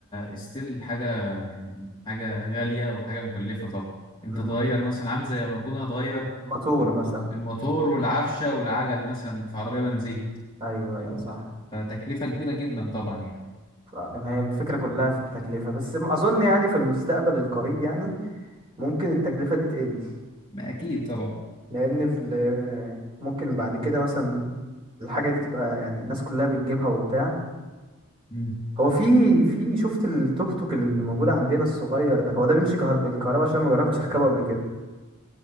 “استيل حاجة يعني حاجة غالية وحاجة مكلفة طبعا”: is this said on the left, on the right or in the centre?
Left